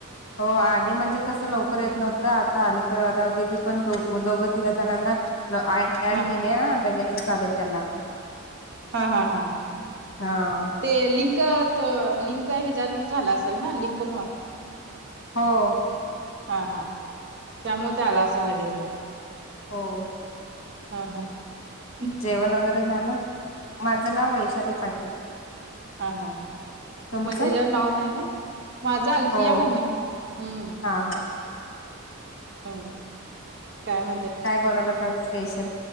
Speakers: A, on the left; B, on the right.
A: हो आली म्हणजे कसं लवकर येत नव्हतं आता आली दादी पण दो दोघं तिघं जणांना ड ऍड
B: हा
A: केली लगेच चालेत त्यांना पण
B: हा हा हा हा
A: हा
B: ते लिंक लिंक हच्यातून झाला असेल ना लिंक म
A: हो
B: हा हा त्यामुळे ते आला असेल लगेच मग
A: ह
B: हम्म हम्
A: जेवण वगैरे झालं माझं नाव वैशाली पाटील
B: हा हा हा
A: तुमचं
B: म्हणजे ज्यावर नाव नाही ना माझा अल्फिया
A: हो
B: ममी हम्म
A: हा हा
B: हम् कायम
A: काय बनवला आ स्पेशल